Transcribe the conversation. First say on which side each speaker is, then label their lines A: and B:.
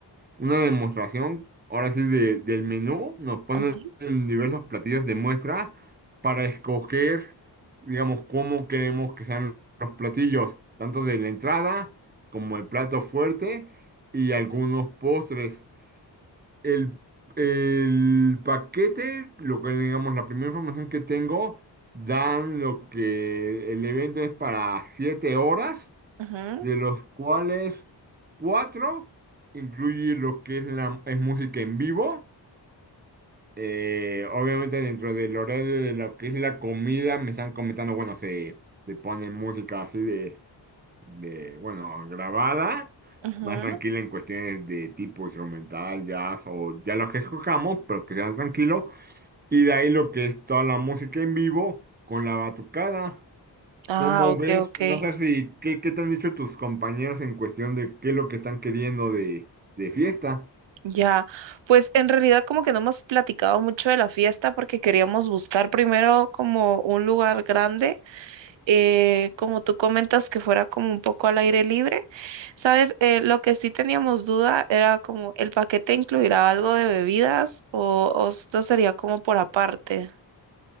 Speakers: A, on the right (about 20°); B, on the right (about 85°).
A: una demostración, ahora sí, de- del menú, nos ponen
B: ujú,
A: diversos platillos de muestra para escoger, digamos, cómo queremos que sean los platillos, tanto de la entrada como el plato fuerte y algunos postres. El, el paquete, lo que digamos, la primera información que tengo, dan lo que el evento es para siete horas
B: ujú.
A: de los cuales cuatro incluye lo que es la es música en vivo. Eh, obviamente dentro del horario de lo que es la comida me están comentando, bueno, se, se pone música así de, de, bueno, grabada,
B: Ujú.
A: más tranquila en cuestiones de tipo instrumental, jazz o ya lo que escojamos, pero que sean tranquilos. Y de ahí lo que es toda la música en vivo con la batucada.
B: Ah,
A: Cómo
B: ok,
A: ves,
B: ok.
A: no sé si, ¿qué, qué te han dicho tus compañeros en cuestión de qué es lo que están queriendo de, de fiesta?
B: Ya, pues en realidad como que no hemos platicado mucho de la fiesta porque queríamos buscar primero como un lugar grande, eh, como tú comentas que fuera como un poco al aire libre. Sabes, Eh, lo que sí teníamos duda era como el paquete incluirá algo de bebidas o, o esto sería como por aparte.